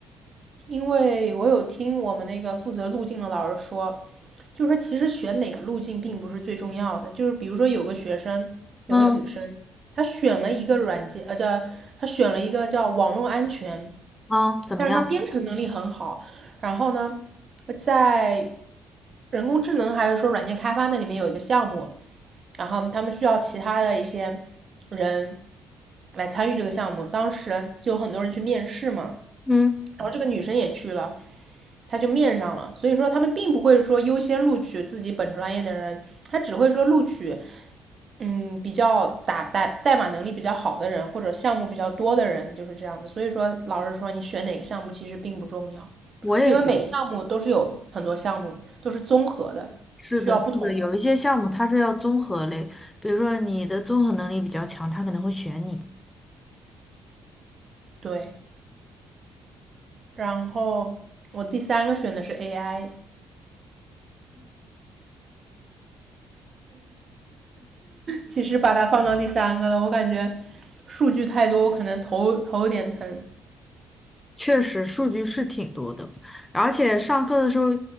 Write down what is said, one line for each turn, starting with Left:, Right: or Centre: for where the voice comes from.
Right: 因为我有听我们那个负责路径的老师说，就是说，其实选哪个路径并不是最重要的。就是比如说，有个学生，
Left: 嗯
Right: 有个女生，她选了一个软件，呃，叫她选了一个叫网络安全，
Left: 嗯，怎么样？
Right: 但是她编程能力很好。然后呢，在人工智能还是说软件开发那里面有一个项目，然后他们需要其他的一些人来参与这个项目。当时就有很多人去面试嘛，
Left: 嗯。
Right: 然后这个女生也去了，他就面上了。所以说他们并不会说优先录取自己本专业的人，他只会说录取嗯比较打代代码能力比较好的人或者项目比较多的人，就是这样子。所以说老师说你选哪个项目其实并不重要，
Left: 我也觉得。
Right: 因为每个项目都是有很多项目都是综合的，
Left: 是的，
Right: 需要不同的
Left: 是的，有一些项目它是要综合类，比如说你的综合能力比较强，他可能会选你。
Right: 对。然后我第三个选的是 AI，其实把它放到第三个了，我感觉数据太多，我可能头头有点疼。
Left: 确实，数据是挺多的，而且上课的时候，